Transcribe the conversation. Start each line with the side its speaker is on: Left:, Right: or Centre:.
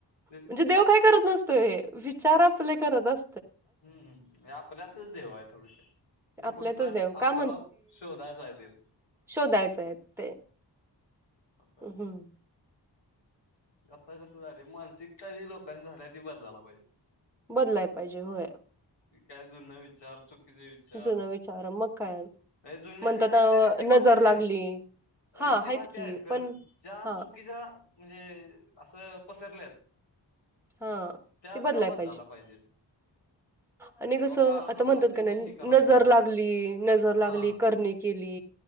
Left: तेच
Centre: म्हणजे, देव काय करत नसतोय. हे विचार आपले, करत अस
Left: हम्म हम्म. आपल्यातच, देव हाय थोडक्यात. ते
Centre: आपल्यातच
Left: फक्त
Centre: देव
Left: आपल्याला,
Centre: का
Left: शोधायचं हाय देव.
Centre: शोधायचंय ते,
Left: असा
Centre: हम्म.
Left: आता कसं झाले, मानसिकता जी लोकांनी झाल्या ती बदलायला पाहिजे.
Centre: बदलाय पाहिजे होय.
Left: ती काय जुना विचार तो चुकीचा विचार.
Centre: जुनं विचार मग काय
Left: त्या जुन्या
Centre: म्हणतात
Left: आहेत
Centre: अ
Left: ज्या, रीतीभाती
Centre: नजर
Left: आहेत.
Centre: लागली हा
Left: रीतीभाती
Centre: की
Left: आहेत, खरं
Centre: पण
Left: ज्या
Centre: हा
Left: चुकीच्या म्हणजे असं पसरल्यात
Centre: हा,
Left: त्या
Centre: ते बदलाय
Left: त्या बदलायला
Centre: पाहिजे.
Left: पाहिजेत.
Centre: आणि कसं
Left: व काळानुसार
Centre: आता म्हणतात
Left: त्यांनी
Centre: का नाही,
Left: हे करायला
Centre: नजर
Left: पाहिजे
Centre: लागली, नजर लागली,
Left: हा
Centre: करणी केली